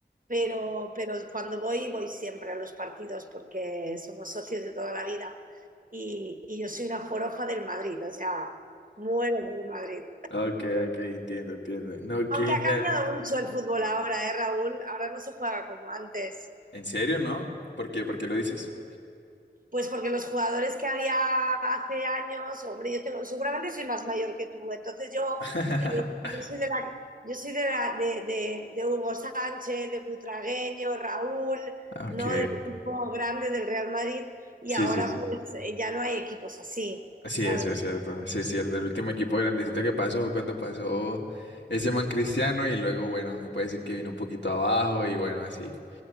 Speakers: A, on the right (about 50°); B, on the left (about 85°).
A: pero,
B: Ok,
A: pero cuando voy, voy siempre a los partidos porque somos socios de toda la vida. Y, y yo soy una forofa del Madrid, o sea, muero del Madrid.
B: ok, ok, entiendo, entiendo. No,
A: Aunque
B: qué genial.
A: ha cambiado mucho el fútbol ahora, ¿eh, Raúl? Ahora no se juega como antes.
B: ¿En serio, no? ¿Por qué? ¿Por qué lo dices?
A: Pues porque los jugadores que había hace años, hombre, yo tengo, seguramente soy más mayor que tú, entonces yo,
B: <laughs>
A: eh, yo soy de la, yo soy de, la- de, de- de Hugo Sánchez, de Butragueño, Raúl,
B: Ok,
A: ¿no? Del equipo grande del Real Madrid y
B: sí,
A: ahora
B: sí, sí.
A: pues eh, ya no hay equipos así,
B: Sí,
A: ¿sabes?
B: eso es cierto, sí es cierto. El último equipo grandecito que pasó fue cuando pasó ese man Cristiano y luego, bueno, se puede decir que vino un poquito abajo y bueno, así.